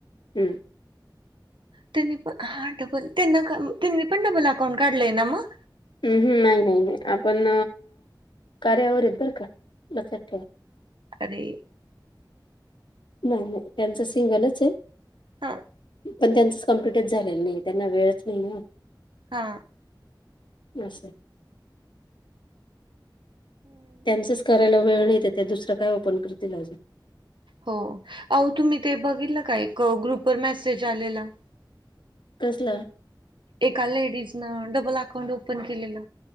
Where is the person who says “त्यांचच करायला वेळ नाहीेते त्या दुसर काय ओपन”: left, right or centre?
Left